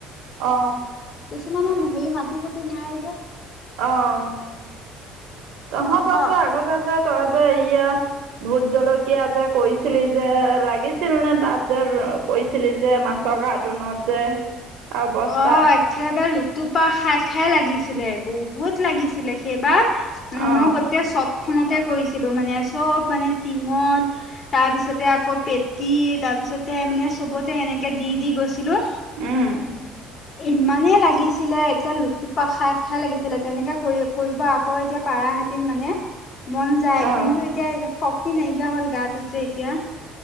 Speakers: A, on the right; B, on the left.
A: অ
B: কিছুমানে সেই মাটি থাকে তু ন আ যে
A: আহ
B: অ
A: তহঁতক
B: ক।
A: যে আগতে যে তই যে ইয়া ভোত জলকীয়া যে কৈৰিছিলি যে লাগিছিল নে তাত যে কৰিছিলি যে মাছৰ কাৰ্টুনত যে আৰু বস্তাত
B: অহ একে বাই লোক টোপা খাই খাই লাগিছিলে বহুত লাগিছিলে সেইবাৰ উম
A: অ
B: ন গতে চব খনতে কৰিছিলোঁ মানে চব মানে টিঙত তাৰপিছতে আকৌ পেটি তাৰপিছতে মানে চবতে এনেকৈ দি দি গৈছিলোঁ
A: উম
B: ইমানেই লাগিছিলে একে লুটুপা খাই খাই লাগিছিলে তেনেকে কৰি কৰিব আকৌ এতিয়া পাৰাহতি মানে মন যায়
A: অ
B: কিন্তু এতিয়া এই যে শক তি নাইকিয়া হ'ল গাটোত যে এতিয়া